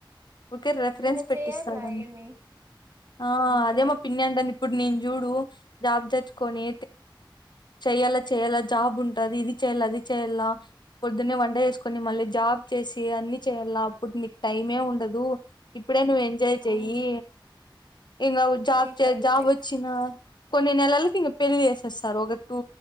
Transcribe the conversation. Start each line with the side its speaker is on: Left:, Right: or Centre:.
Left: ఊరికే రెఫరెన్స్
Right: ఇంగ
Left: పెట్టిస్తాడు
Right: చేయాల ఏమి
Left: ఆ
Right: అంతే
Left: అదే మా పిన్ని అంటంది ఇప్పుడు నేను చూడు జాబ్ తెచ్చుకొని చెయాల చేయ్యాల
Right: హ్మ్.
Left: జాబ్ ఉంటది ఇది చేయాల అది చెయాల పొద్దున్న వంట చేసుకొని మళ్ళీ జాబ్ చేసి అన్ని చేయలా అప్పుడు నీకు టైమ్ ఉండదు ఇప్పుడే నువ్వు ఎంజాయ్
Right: అవును
Left: చెయ్యి ఇంకా జాబ్
Right: అది
Left: చే
Right: కరెక్టే
Left: జాబ్ కొన్ని నెలలకి ఇంక పెళ్ళి చేసేస్తారు ఒక టూ